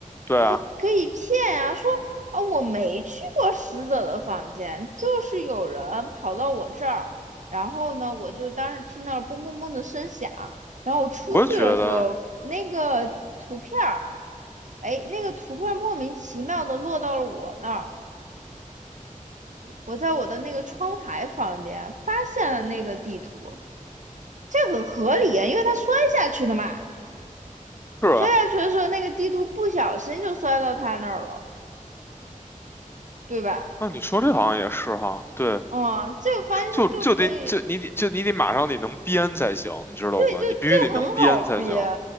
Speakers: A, on the left; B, on the right.
A: 对啊，
B: 他可以骗啊，说啊我没去过死者的房间，就是有人跑到我这儿，然后呢，我就当时听到了嘣嘣嘣的声响，然后我出去的时候，
A: 我也觉得
B: 那个图片儿，哎，那个图片莫名其妙的落到了我那儿，我在我的那个窗台旁边发现了那个地图，这很合理啊，因为他摔下去的嘛，
A: 是啊。
B: 摔下去的时候那个地图不小心就摔到他那儿了，对吧？
A: 那你说这好像也是哈，对，
B: 哦，这个翻身就可以，
A: 就就得就你得就你得马上得能编才行，你知道吗？
B: 对，就这个很好憋，
A: 你必须得能编才行。